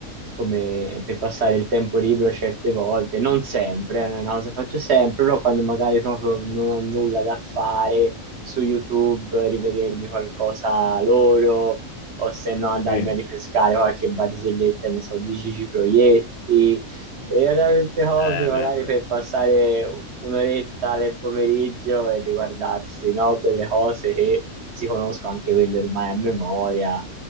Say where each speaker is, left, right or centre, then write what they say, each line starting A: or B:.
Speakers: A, on the right (about 55°); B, on the left (about 70°).
A: come per passare il tempo libero certe volte, non sempre, non è una cosa che faccio sempre, però quando magari proprio non ho nulla da fare su YouTube, rivedermi qualcosa loro, o se no andarmi
B: Sì, eh,
A: a ripescare qualche barzelletta, ne so, di Gigi Proietti, e allora queste cose
B: beh,
A: magari per passare un'oretta del pomeriggio e riguardarsi, no? Quelle cose che si conosco anche quelle ormai a memoria.